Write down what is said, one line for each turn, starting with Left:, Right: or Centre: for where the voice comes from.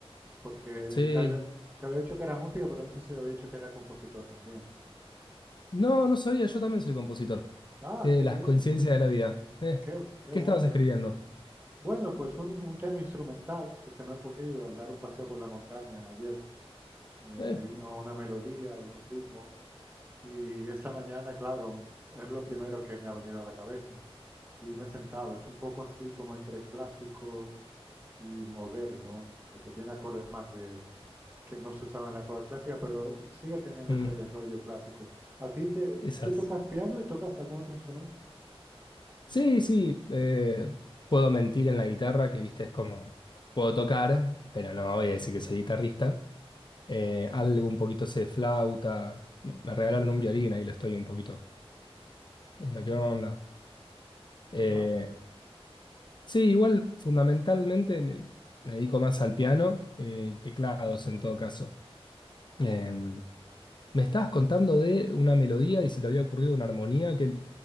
Right: porque
Left: Sí.
Right: te había, te había dicho que era música, pero no sé si te había dicho que era compositor también.
Left: No, no sabía, yo también soy compositor.
Right: Ah,
Left: Eh,
Right: qué
Left: las
Right: bien,
Left: coincidencias de la vida. Eh,
Right: qué, qué
Left: ¿qué
Right: bueno.
Left: estabas escribiendo?
Right: Bueno, pues un, un tema instrumental que se me ha ocurrido al dar un paseo por la montaña ayer. Eh,
Left: Eh,
Right: me vino una melodía y un ritmo. Y esta mañana, claro, es lo primero que me ha venido a la cabeza. Y me he sentado. Es un poco así como entre clásico y moderno, porque tiene acordes más de que no se usaban en la época clásica, pero sigue teniendo
Left: mm,
Right: ese rollo clásico. ¿A ti que
Left: esas.
Right: tú tocas piano y tocas algún otro instrumento?
Left: Sí, sí, eh, puedo mentir en la guitarra, que viste, es como, puedo tocar, pero no voy a decir que soy guitarrista. Eh, algo un poquito sé de flauta. Me me regalaron un violín, ahí lo estoy un poquito viendo qué onda. Eh,
Right: Ah, que
Left: Sí, igual fundamentalmente me, me dedico más al piano eh, y teclados en todo caso. Eh, me estabas contando de una melodía y se te había ocurrido una armonía que